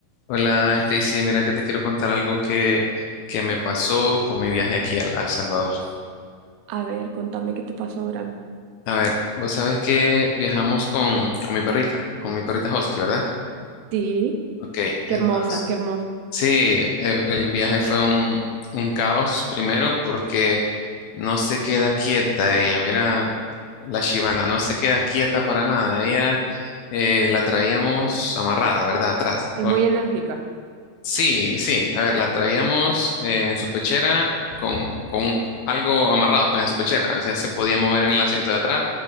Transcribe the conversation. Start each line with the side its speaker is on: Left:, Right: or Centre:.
Left: Hola, Stacy, mira que te quiero contar algo que, que me pasó con mi viaje aquí al, al Salvador.
Right: A ver, contame qué te pasó ahora.
Left: A ver, vos sabés que viajamos con, con mi perrita, con mi perrita Husky, ¿verdad?
Right: Sí,
Left: Ok,
Right: qué
Left: entonces,
Right: hermosa, qué hermosa.
Left: sí, eh, el viaje fue un, un caos primero porque no se queda quieta ella, mira, la Shibana, no se queda quieta para nada, ella eh, la traíamos amarrada, ¿verdad? Atrás.
Right: Es muy enérgica.
Left: Sí, sí, a ver, la traíamos eh, en su pechera con, con algo amarrado pues a su pechera, a veces se podía mover en el asiento de atrás,